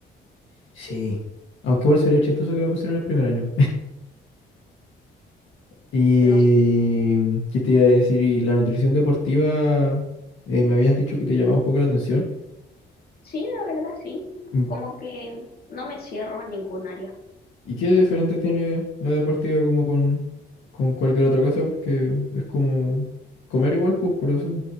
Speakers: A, on the left; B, on the left.
A: Sí. Aunque igual sería chistoso que me pusieran el primer año. Y...
B: No,
A: ¿Qué te iba a decir? Y la nutrición deportiva, eh, me habías dicho que te llamaba un poco la atención.
B: sí, la verdad, sí.
A: Mm,
B: Como que no me cierro a ningún área.
A: ¿Y qué diferente tiene la deportiva como con, con cualquier otra cosa? Porque es como comer igual, pues, por eso.